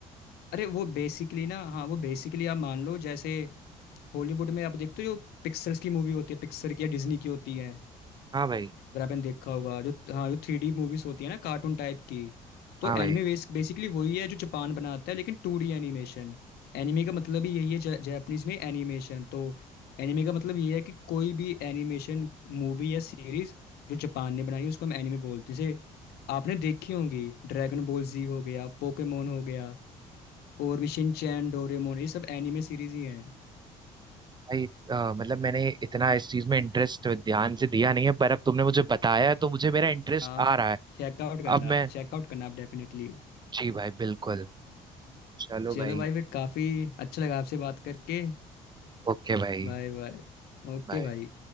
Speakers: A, on the left; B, on the right.
A: अरे वो बेसिकली ना हाँ वो बेसिकली आप मान लो जैसे हॉलीवुड में आप देखते हो जो पिक्सर्स की मूवी होती है पिक्सर की या डिज्नी की होती है
B: हाँ भाई
A: अगर आपने देखा होगा जो हाँ जो थ्री डी मूवीज होती है ना कार्टून टाइप की तो
B: हाँ भाई
A: एनिमे बेसिकली वही है जो जापान बनाता है लेकिन टू डी एनिमेशन एनिमे का मतलब ही यही है जा, जापानीज में एनिमेशन तो एनिमे का मतलब ये है कि कोई भी एनिमेशन मूवी या सीरीज जो जापान ने बनाई है उसको हम एनिमे बोलते हैं जैसे आपने देखी होंगी ड्रैगन बॉल जी हो गया पोकेमोन हो गया और भी शिनचैन डोरेमोन ये सब एनिमे सीरीज ही हैं
B: भाई अ, मतलब मैंने इतना इस चीज में इंटरेस्ट ध्यान से दिया नहीं है पर अब तुमने मुझे बताया है, तो मुझे मेरा इंटरेस्ट
A: आप
B: आ रहा है
A: चेकआउट करना
B: अब मैं
A: चेकआउट करना आप डेफिनेटली
B: जी भाई बिल्कुल चलो
A: चलो
B: भाई
A: भाई फिर काफ़ी अच्छा लगा आपसे बात करके
B: ओके भाई
A: Bye bye ओके
B: बाय
A: भाई